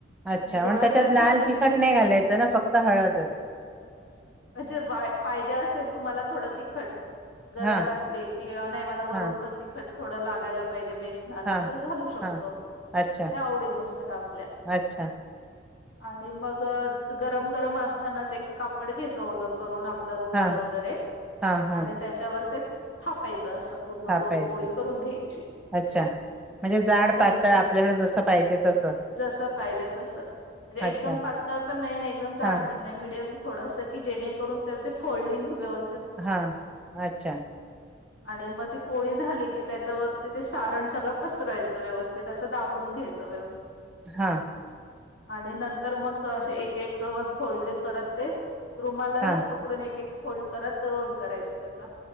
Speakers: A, in the centre; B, on the left.
A: अच्छा
B: आणि गोळा
A: मग त्याच्यात
B: तयार
A: लाल
B: झालं
A: तिखट
B: ते
A: नाही घालायचं ना फक्त हळदच
B: ह्याच्यात तुम्हाला थोडं तिखट गरज
A: हा
B: वाटली की नाही मला वरून
A: हा
B: पण तिखट थोडं लागायला पाहिजे. बेसनाला
A: हा.
B: तर घालू शकतो
A: हा
B: त्या
A: अच्छा
B: आवडीनुसार आपल्या
A: अच्छा
B: आणि मग गरम गरम असतानाच एक कापड घ्यायचं ओल करून आप ल रुमाल
A: हा
B: वगैरे
A: हा हा
B: आणि त्याच्यावर ते थापायचं. अस पूर्ण
A: थापायचं
B: गोल पोळी करून घ्यायची
A: अच्छा. म्हणजे जाड
B: आणि
A: पातळ
B: नंतर
A: आपल्याला जसं पाहिजे तसं
B: जस पाहिजे तस म्हणजे एक
A: अच्छा
B: दम पातळ पण नाही आणि एकदम जाड
A: हां
B: पण नाही मिडियम. थोडसं की जेणेकरून त्याचे फोल्डिंग व्यवस्थ
A: हां अच्छा.
B: आणि मग ती पोळी झाली की त्याच्यावरती ते सारण सगळं पसरायचं व्यवस्थित असं दाबून घ्यायचं व्यवस्थित.
A: हां.
B: आणि नं तर मग अस एक एक फोल्डिंग करत ते रुमालालच
A: हां
B: पकडून एक एक फोल्ड करत तर रोल करायच त्याचा.